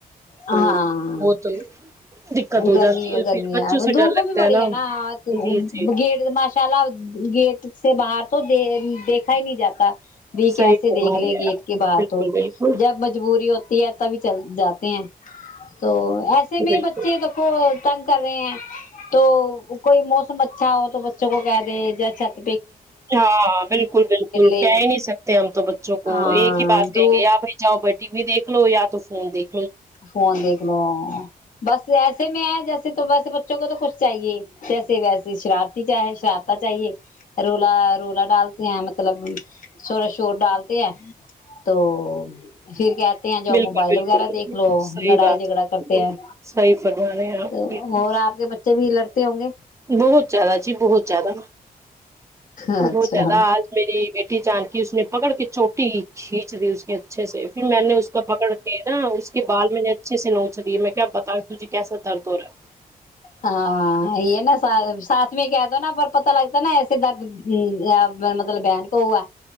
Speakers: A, on the right; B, on the left.
A: تو
B: ہاں
A: ہو تو دقت ہو
B: گرمی
A: جاتی ہے
B: گرمی
A: پھر بچوں
B: ہے
A: سے
B: دھوپ
A: ڈر لگتا
B: بھی بڑی ہے نا
A: جی جی
B: بگیٹ ماشا لاب گیٹ سے باہر تو د دیکھ ہی نہیں جاتا بھی
A: صحیح
B: کیسے
A: فرما
B: دیکھ لے
A: رہے
B: گیٹ
A: ہیں آپ
B: کے باہر
A: بالکل
B: تو
A: بالکل
B: جب مجبوری ہوتی ہے بھی چل جاتے ہیں تو ایسے میں
A: بالکل
B: کو تنگ کر رہے ہیں تو کوئی موسم اچھا ہو تو بچوں کو کہہ دے جی
A: ہاں بالکل بالکل
B: لے
A: کہہ ہی نہیں سکتے ہم تو بچوں کو
B: ہاں
A: ایک ہی بات کہیں
B: دو
A: گے یا بھائی جاؤ بیٹھے ٹی وی دیک لو یا تو فون دیک
B: فون دیکھ لو بس ایسے میں ہے جیسے وے تو ویسے بچوں کو تو کچھ چاہیے جیسے ویسے شرارتی چاہے شرارتا چاہیے رولا رولا ڈالتے ہیں مطلب شورا شور ڈالتے ہیں تو پھر کہ تے ہیں جو
A: بالکل
B: موبائل
A: بالکل
B: وغیرہ دیک
A: صحیح
B: لڑائی
A: بات
B: جھگڑا کرتے
A: ہے
B: ہیں
A: صحیح فرما رہے ہیں آپ
B: تو
A: بالکل
B: اور آپ کے بچے بھی لڑتے ہوں گے
A: بہت زیادہ جی بہت زیادہ
B: اچھا
A: بہت زیادہ آج میری بیٹی جان اس نے پکڑ کے چوٹی چھینچ اس اچھے سے پھر میں نے اس کا پکڑ کے نا اس کے بال میں نے اچھے سے نوچ دیے میں کیا بتا تج کیسا درد ہو رہا
B: ہاں ہے نا ساتھ میں کہ دو نا پر پتتا لگتا ہے نا ایسے درد ہ مطلب بن کوؤا